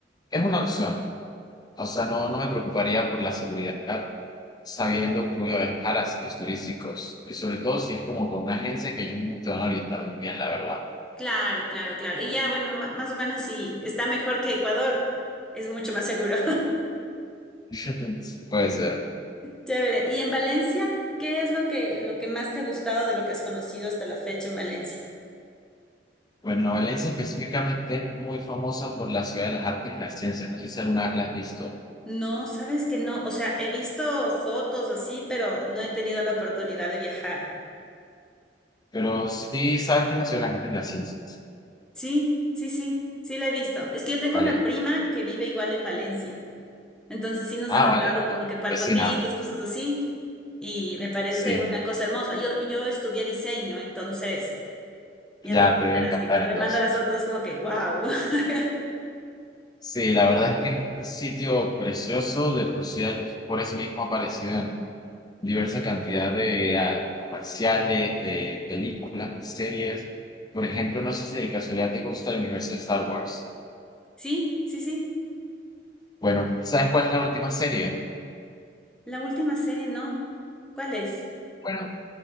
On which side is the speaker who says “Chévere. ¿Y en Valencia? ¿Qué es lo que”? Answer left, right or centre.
Centre